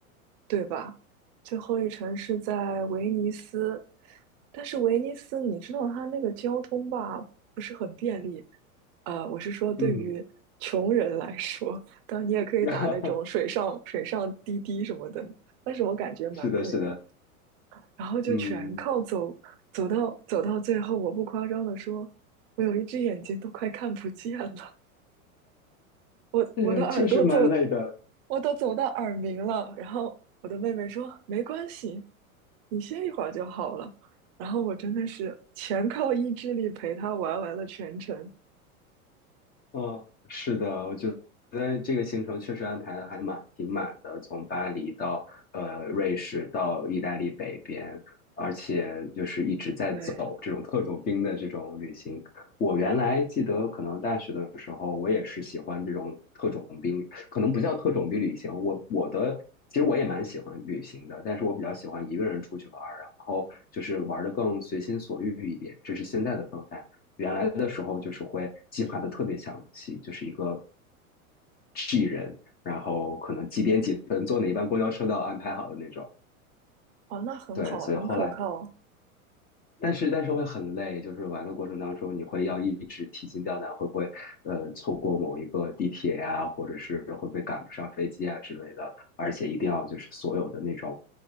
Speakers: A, on the right; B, on the left.
A: 对吧？最后一程是在威尼斯，但是威尼斯你知道它那个交通吧，不是很便利，呃，我是说，对于穷人来说，
B: 嗯，
A: 当然你也可以打那种水上水上滴滴什么的，
B: <laughs>
A: 但是我感觉蛮贵的。
B: 是的，是的，
A: 然后就全靠走，
B: 嗯，
A: 走到走到最后，我不夸张的说，我有一只眼睛都快看不见了，我我的耳朵走，
B: 嗯，确实蛮累的。
A: 我都走到耳鸣了。然后我的妹妹说，没关系，你歇一会儿就好了。然后我真的是全靠意志力陪她玩完了全程。
B: 嗯，是的，我觉得这个行程确实安排的还蛮挺满的，从巴黎到呃瑞士到意大利北边，而且就是一直在走这种特种兵的这种旅行。
A: 对，
B: 我原来记得，可能大学的时候，我也是喜欢这种特种兵，可能不叫特种兵旅行。我我的其实我也蛮喜欢旅行的，但是我比较喜欢一个人出去玩儿，然后就是玩的更随心所欲一点，这是现在的状态。原来的时候就是会计划的特别详细，就是一个 G 人，然后可能几点几分坐哪一班公交车都要安排好的那种。
A: 哦，那很好，
B: 对，所以后来，
A: 很可靠。
B: 但是但是会很累，就是玩的过程当中，你会要一直提心吊胆，会不会呃错过某一个地铁呀、或者是会不会赶不上飞机啊之类的，而且一定要就是所有的那种